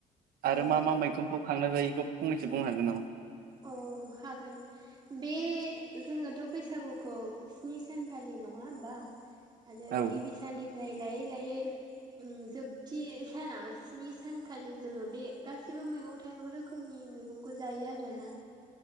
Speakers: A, on the right (about 80°); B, on the right (about 30°).
A: आरो
B: औ
A: मा मा मैगंखौ खांना जायो इखौ फंनैसो बुंनो हागोन नामा?
B: औ हागोन बे जोङो बे बैसागुखौ स्नि सानफालि ना होमबा आरो
A: औ
B: गिबि साननिफ्राय लायै लायै जोबथि सानाव स्नि सानखालि जोङो बे गासिबो मैगं थाइगं रोखोमनि मैगंखौ जायो आरोना